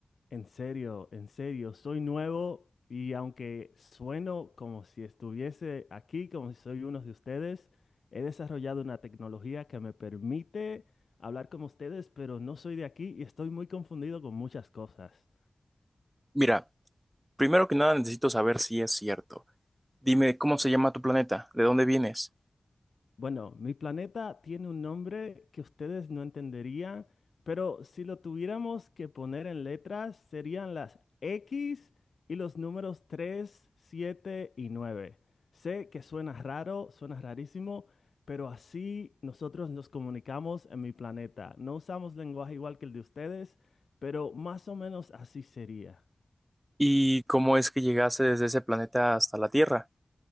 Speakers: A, on the left; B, on the right.
A: En serio, en serio, soy nuevo y aunque sueno como si estuviese aquí, como si soy uno de ustedes, he desarrollado una tecnología que me permite hablar como ustedes, pero no soy de aquí y estoy muy confundido con muchas cosas.
B: Mira, primero que nada necesito saber si es cierto. Dime, ¿cómo se llama tu planeta? ¿De dónde vienes?
A: Bueno, mi planeta tiene un nombre que ustedes no entenderían, pero si lo tuviéramos que poner en letras, serían las X y los números 3, 7 y 9. Sé que suena raro, suena rarísimo, pero así nosotros nos comunicamos en mi planeta. No usamos lenguaje igual que el de ustedes, pero más o menos así sería.
B: ¿Y cómo es que llegaste desde ese planeta hasta la Tierra?